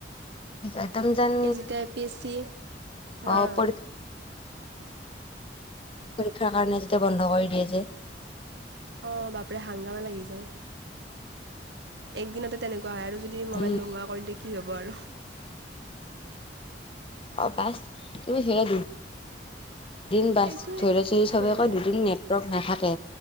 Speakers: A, on the left; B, on the right.
A: একদম যেন
B: এই যেতিয়া পি চি
A: অ
B: হা।
A: পৰীক্ষা পৰীক্ষাৰ কাৰণে যেতিয়া বন্ধ কৰি দিয়ে যে।
B: অ বাপৰে হাংগামা লাগি যায়। একদিনতে তেনেকুৱা হয় আৰু যদি মোবাইল
A: উম
B: নোহোৱা কৰে তেতিয়া কি হ'ব আৰু।
A: অ পাস তুমি ধৰা দু দিন বাছ
B: সেইটোৱে
A: ধৰি ল ধৰি চবে
B: উম
A: কৈ দুদিন নেটৱৰ্ক নাথাকে